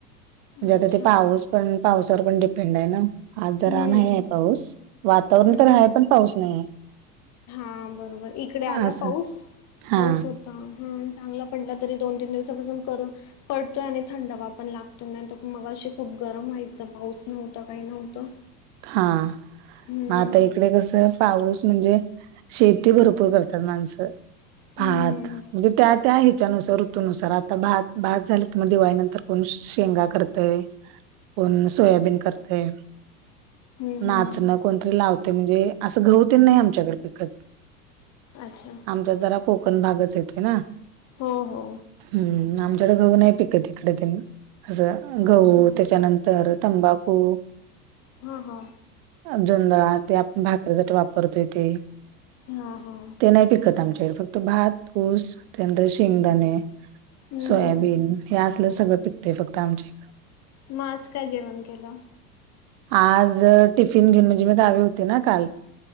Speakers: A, on the left (about 35°); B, on the right (about 35°).
A: हम्म
B: म्हणजे आता
A: अच्छा
B: ते पाऊस
A: हम्म.
B: पण पावसावर पण डिपेंड आहे ना आज जरा
A: हम्म
B: नाही आहे पाऊस. वातावरण
A: हम्म
B: तर आहे पण पाऊस नाहीये.
A: हा बरोबर इकडे आला
B: असं
A: पाऊस,
B: हा
A: पाऊस होता हा चांगला पडला तरी दोन-तीन दिवसापासून करून पडतोय आणि थंडवा पण लागतो, नाही तर मगाशी खूप गरम व्हायचं पाऊस नव्हता काही नव्हतं.
B: हा
A: हम्म.
B: मग आता इकड कसं पाऊस म्हणजे शेती भरपूर तर माणसं
A: हं,
B: भात
A: हं.
B: म्हणजे त्या-त्याह्याच्या नुसार ऋतूनुसार आता भात-भात झाले किंवा दिवाळीनंतर कोण शेंगा कर तय, कोण सोयाबीन करतेय,
A: हं,
B: नाचण
A: हं.
B: कोणतरी लावते म्हणजे असं गहूतेन नाही आमच्याकडे पिकत.
A: अच्छा <inaudible>
B: आमच्यात जरा कोकण भागच येतय ना.
A: हो हो.
B: हम्म आमच्याकडे गहू नाही पिकत हिकडंतिन असं
A: अच्छा.
B: गहू त्याच्यानंतर. तर तंबाकू.
A: हा- हा.
B: जुंंदळा ते आपण भाकरीेसाठी वापरतोय ते.
A: हा हा.
B: ते नाही पिकत आमच्याकडे फक्त भात, ऊस, त्यानंतर शेंगदाणे,
A: हं,
B: सोयाबीन.
A: हं.
B: हे असलं सगळं पिकते फक्त आमचे.
A: मग आज काय जेवण केलं?
B: आज टिफिन घेऊन म्हणजे मी गावी होते ना काल